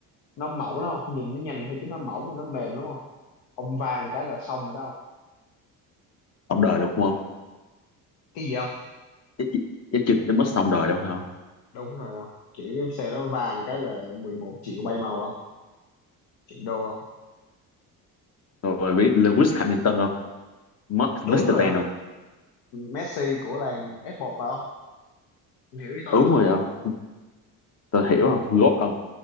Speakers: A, on the left; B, on the left.
A: nó mỏng lắm không nhìn nó nhanh vậy thôi chứ nó mỏng và nó mềm lắm không ông vàng cái là xong rồi đó không
B: Ông đời được không không?
A: cái gì không
B: Chắc, chị- chắc chưa tới mất xong đời đâu phải không?
A: đúng rồi không kiểu cái xe đó vàng cái là 11 triệu bay màu không triệu đô không
B: Rồi biết Lewis Hamilton không? Max Verstappen
A: đúng rồi không
B: không?
A: Messi của làng F1 phải không? Ông ông hiểu ý tôi
B: Đúng
A: mà.
B: rồi không? Tôi hiểu không? Gót không?